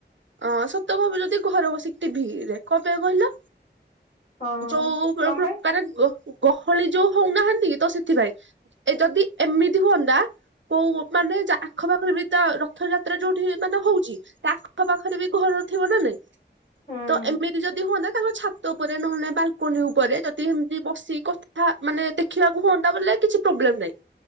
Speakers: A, on the right; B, on the left.
A: ଅଁ ସତ କହିବି ଯଦି ଘରେ ବସିକି ଟିଭି ରେ କଣ ପାଇଁ କହିଲ।
B: ହଁ
A: ଯୋଉ ପ୍ରକାର
B: କଣ ପାଇଁ?
A: ଗହଳି ଯୋଉ ହଉନାହାନ୍ତି କି ତ ସେଥିପାଇଁ। ଏ ଯଦି ଏମିତି ହୁଅନ୍ତା କୋଉ ମାନେ ଯ ଆଖପାଖ ଏମିତି ତା ରଥ ଯାତ୍ରା ଯୋଉଠି ମାନେ ହଉଛି ଆଖ ପାଖରେ ବି ଘର ଥିବ ନା ନାଇଁ।
B: ହୁଁ
A: ତ ଏମିତି ଯଦି ହୁଅନ୍ତା ତାଙ୍କ ଛାତ ଉପରେ ନହେଲେ ବାଲ୍‌କୁନି ଉପରେ ଯଦି ଏମତି ବସି କଥା ମାନେ ଦେଖିବାକୁ ହୁଅନ୍ତା ବୋଲେ କିଛି ପ୍ରୋବ୍ଲେମ ନାହିଁ।